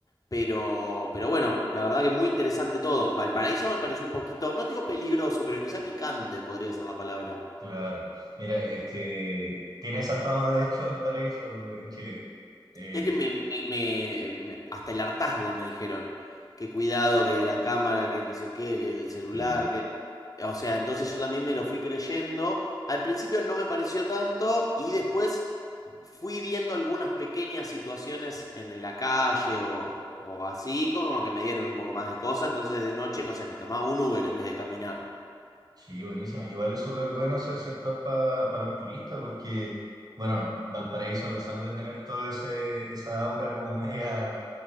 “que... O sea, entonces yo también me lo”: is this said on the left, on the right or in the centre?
Left